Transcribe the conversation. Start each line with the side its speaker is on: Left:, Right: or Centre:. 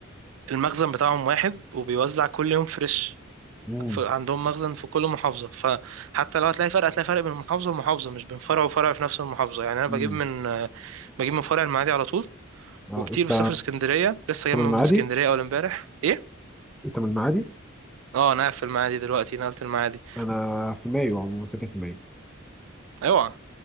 Right: المخزن بتاعهم واحد وبيوزع كل يوم فريش
Centre: مم.
Right: ف- عندهم مخزن في كل محافظة فحتى لو هتلاقي فرق هتلاقي فرق بين محافظة ومحافظة مش بين فرع وفرع في نفس المحافظة يعني انا
Centre: مم.
Right: بجيب من آه، بجيب من فرع المعادي على طول
Centre: اه
Right: وكتير
Centre: انت
Right: بسافر اسكندرية لسه
Centre: انت
Right: جاي
Centre: من
Right: من
Centre: المعادي
Right: اسكندرية اول امبارح إيه؟
Centre: انت من المعادي
Right: اه انا قاعد في المعادي دلوقتي نقلت المعادي
Centre: انا في مايو عموما ساكن في مايو
Right: اوعى